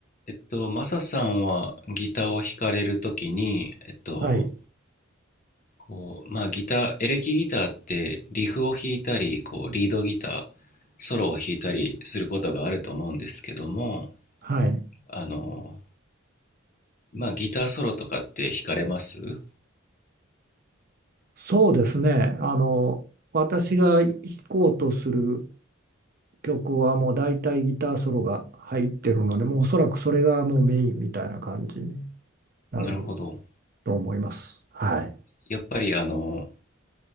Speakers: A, on the left (about 40°); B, on the right (about 45°).
A: えっと、マサさんはギターを弾かれるときに、えっと、
B: はい、
A: こう、まあギター、エレキギターってリフを弾いたり、こう、リードギター、ソロを弾いたりすることがあると思うんですけども、
B: はい。
A: あの、まあギターソロとかって弾かれます
B: そうですね。あの、私が弾こうとする曲はもう大体ギターソロが入ってるので、もうおそらくそれがもうメインみたいな感じになる
A: なるほど。
B: と思います。はい。
A: やっぱりあの、